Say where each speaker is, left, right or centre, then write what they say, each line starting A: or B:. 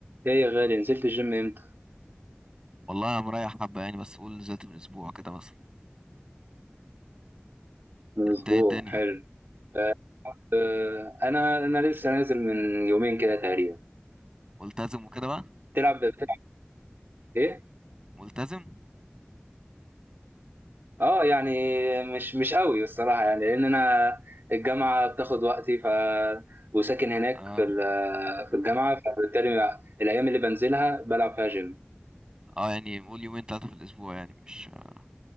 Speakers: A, on the right; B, on the right.
A: ايه يا غالي نزلت الجيم امتى؟
B: والله انا مريح حبه يعني بس قول نزلت من اسبوع كده مثلا
A: من اسبوع
B: انت ايه الدنيا
A: حلو آه، انا انا لسه نازل من يومين كده تقريبا
B: ملتزم وكده بقى
A: تلعب بتلعب ايه؟
B: ملتزم
A: اه يعني مش مش قوي الصراحه يعني لان انا الجامعه بتاخد وقتي ف وساكن هناك
B: اه
A: في ال- في الجامعه فبالتالي الايام اللي بنزلها بلعب فيها جيم
B: اه يعني قول يومين ثلاثه في الاسبوع يعني مش آه،